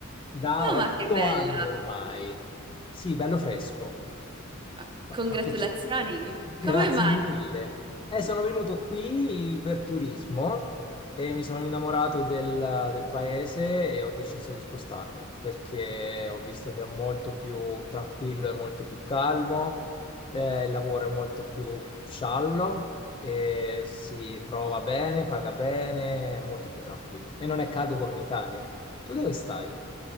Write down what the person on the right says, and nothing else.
Oh,
ma che bella!
Ma
congratulazioni!
Come mai?